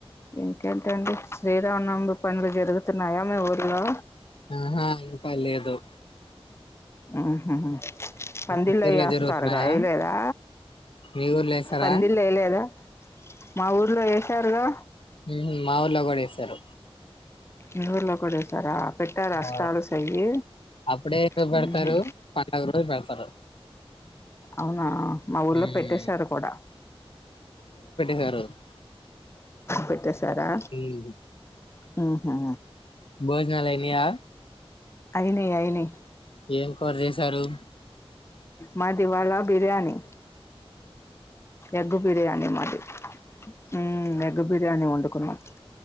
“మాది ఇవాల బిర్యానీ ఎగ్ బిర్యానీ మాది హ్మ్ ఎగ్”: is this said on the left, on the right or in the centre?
Left